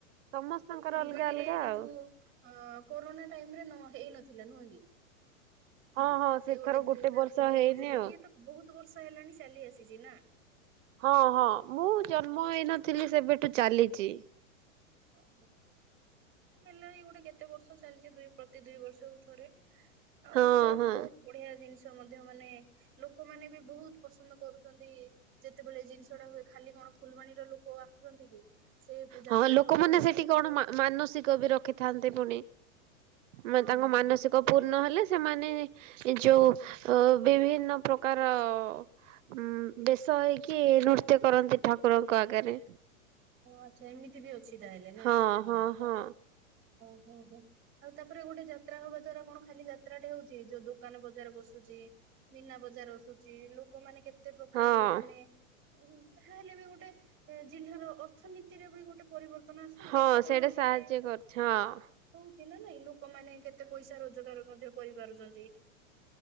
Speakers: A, on the right; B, on the right.
A: ସମସ୍ତଙ୍କର
B: ତ ଫୁଲବାଣୀରେ
A: ଅଲଗା ଅଲଗା
B: କିନ୍ତୁ-ଉ-ଉ
A: ଆଉ
B: ଅ-ଅ-ଅ କୋରୋନା ଟାଇମରେ ନ ହେଇ ନଥିଲା ନୁହଁ କି।
A: ହଁ ହଁ
B: ସିଏ
A: ସେଥର
B: ଗୋଟେ ଦୁଇ ହଜାର
A: ବର୍ଷ
B: କୋଡିଏ
A: ହେଇନି
B: ମସିହାରେ
A: ଆଉ।
B: ଇଏ ତ ବହୁତ ବର୍ଷ ହେଲାଣି ଚାଲି ଆସିଛି ନା।
A: ହଁ ହଁ ମୁଁ ଜନ୍ମ ହେଇନଥିଲି ସେବେଠୁ ଚାଲିଛି।
B: ହଁ। ହେଲାଣି ଗୋଟେ କେତେ ବର୍ଷ ଚାଲିଛି ଦୁଇ ପ୍ରତି ଦୁଇ ବର୍ଷକୁ ଥରେ। ଆଉ
A: ହଁ
B: ଗୋଟେ
A: ହଁ।
B: ବହୁତ ବଢିଆ ଜିନିଷ ମଧ୍ୟ ମାନେ ଲୋକମାନେ ବି ବହୁତ ପସନ୍ଦ କରୁଛନ୍ତି ଯେତେବେଳେ ଜିନିଷ ଟା ହୁଏ ଖାଲି କ ଫୁଲବାଣୀର ଲୋକ ଆସୁଛନ୍ତି କି ସେ ବ ଯାତ୍ରା
A: ହଁ
B: ହବା
A: ଲୋକମାନେ
B: ସହ
A: ସେଠି କଣ ମା ମାନସିକ ବି ରଖିଥାନ୍ତି ପୁଣି। ମାନେ
B: ହଁ
A: ତାଙ୍କ
B: ହଁ
A: ମାନସିକ
B: ହଁ।
A: ପୂର୍ଣ ହେଲେ ସେମାନେ ଯୋଉ ଅ ବିଭିନ୍ନ ପ୍ରକାର-ଅ-ଅ-ଅ ଉଁ-ଉ ବେଶ ହେଇକି ନୃତ୍ୟ କରନ୍ତି ଠାକୁରଙ୍କ ଆଗରେ।
B: ଓ ଆଚ୍ଛା ଏମିତି ବି ଅଛି ତାହଲେ ନା।
A: ହଁ ହଁ ହଁ
B: ଓହୋ ଆଉ ତାପରେ ଗୋଟେ ଯାତ୍ରା ହବା ଧର କଣ ଖାଲି ଯାତ୍ରା ଟେ ହଉଛି ଯୋଉ ଦୋକାନ ବଜାର ବସୁଛି। ମିନା ବଜାର ବସୁଛି ଲୋକମାନେ କେତେ ପ୍ରକାରର
A: ହଁ
B: ମାନେ ଉ ଯାହାହେଲେ ବି ଗୋଟେ ଏ ଜିଲ୍ଲାର ଅର୍ଥନୀତିରେ ବି ଗୋଟେ ପରିବର୍ତ୍ତ ନ ଆସୁନି
A: ହଁ
B: କେତେ କଣ
A: ସେଇଟା ସାହାଯ୍ୟ
B: ମାନେ
A: କରୁଛି ହଁ।
B: ଚି ନା ନାଇଁ ଲୋକମାନେ କେତେ ପଇସା ରୋଜଗାର ମଧ୍ୟ କରିପାରୁଛନ୍ତି।